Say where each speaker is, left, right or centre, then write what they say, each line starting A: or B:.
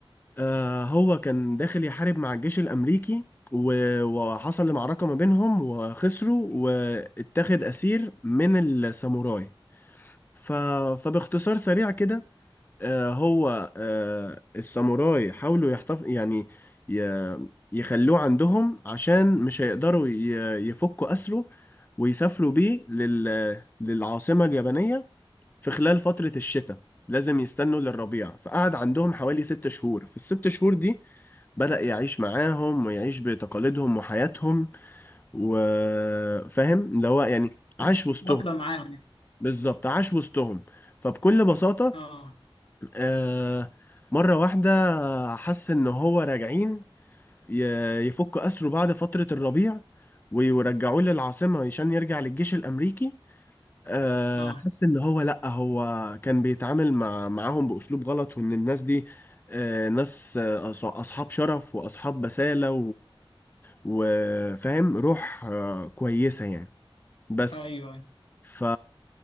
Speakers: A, on the left (about 20°); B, on the left (about 80°).
A: آه هو كان داخل يحارب مع الجيش الأمريكي و- وحصل معركة ما بينهم وخسروا واتخذ أسير من الساموراي ف... فباختصار سريع كده آه هو آه الساموراي حاولوا يحتف يعني ي... يخلوه عندهم عشان مش هيقدروا ي... يفكوا أسره ويسافروا بيه لل... للعاصمة اليابانية في خلال فترة الشتاء لازم يستنوا للربيع فقعد عندهم حوالي ست شهور في الست شهور دي بدأ يعيش معاهم ويعيش بتقاليدهم وحياتهم وفاهم اللي هو يعني عاش وسطهم
B: يتأقلم معاهم يعني
A: بالظبط عاش وسطهم فبكل بساطة
B: اه
A: آه، مرة واحدة حس إن هو راجعين ي- يفكوا أسره بعد فترة الربيع ويرجعوه للعاصمة عشان يرجع للجيش الأمريكي آه،
B: اه
A: حس إن هو لأ هو كان بيتعامل مع معاهم بأسلوب غلط وإن الناس دي آه، ناس آه، أصحاب شرف وأصحاب بسالة وفاهم روح آه، كويسة يعني بس
B: ايوه أيوة.
A: ف